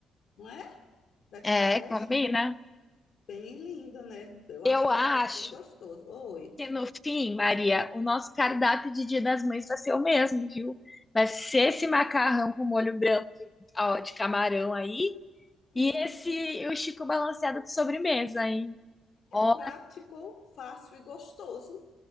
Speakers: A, on the left; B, on the left.
A: não é? Vai ficar
B: É,
A: até
B: combina.
A: bem lindo, né? Eu
B: Eu
A: acho que
B: acho
A: fica bem gostoso. Oi.
B: Porque no fim, Maria, o nosso cardápio de Dia das Mães vai ser o mesmo, viu? Vai ser esse macarrão com molho branco ó, de camarão aí
A: Sim.
B: e esse o Chico balanceado de sobremesa, hein? Ó,
A: Prático, fácil e gostoso.